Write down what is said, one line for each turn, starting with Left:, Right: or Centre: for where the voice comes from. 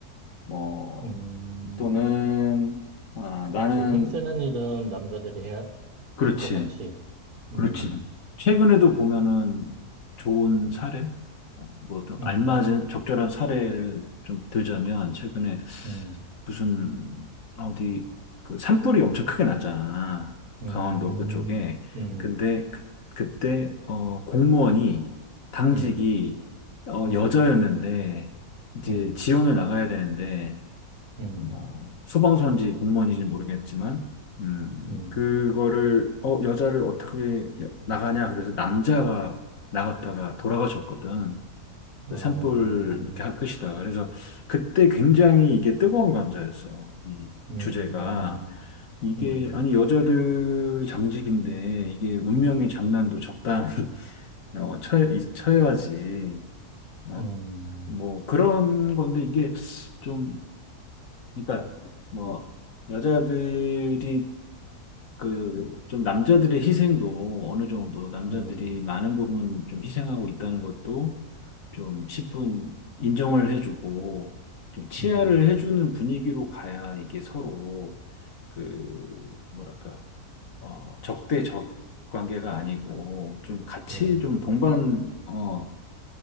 Left: 뭐,
Right: 음,
Left: 또는, 아, 나는,
Right: 그렇지. 힘쓰는 일은 남자들이 해야
Left: 그렇지.
Right: 될 것 같이.
Left: 그렇지.
Right: 음,
Left: 최근에도 보면은 좋은 사례, 어, 뭐좀
Right: 음,
Left: 알맞은 적절한 사례를 좀 들자면 최근에
Right: 음,
Left: 무슨 아, 어디 그 산불이 엄청 크게 났잖아.
Right: 음,
Left: 강원도 그쪽에.
Right: 음,
Left: 근데 그, 그때 어 공무원이 당직이
Right: 음,
Left: 어
Right: 음,
Left: 여자였는데 이제
Right: 음, 음,
Left: 지원을 나가야 되는데
Right: 음,
Left: 뭐, 소방서인지 공무원인지 모르겠지만, 음,
Right: 음,
Left: 그거를, 어, 여자를 어떻게 여- 나가냐. 그래서 남자가 나갔다가 돌아가셨거든.
Right: 어,
Left: 그 산불 이렇게 할 것이다. 그래서 그때 굉장히 이게 뜨거운 감자였어. 이
Right: 음,
Left: 주제가. 이게,
Right: 음.
Left: 아니, 여자들 장직인데, 이게 운명의 장난도 적당히, <laughs> 어, 쳐야, 이- 야지 어?
Right: 음,
Left: 뭐, 그런 건데, 이게 좀, 그러니까 뭐 여자들이 그 좀 남자들의 희생도 어느 정도 남자들이
Right: 음,
Left: 많은 부분 좀 희생하고 있다는 것도 좀 십분 인정을 해주고 좀 치아를
Right: 음,
Left: 해주는 분위기로 가야 이게 서로 그 뭐랄까 어 적대적 관계가 아니고 좀 같이
Right: 그런,
Left: 좀
Right: 음,
Left: 동반 어좀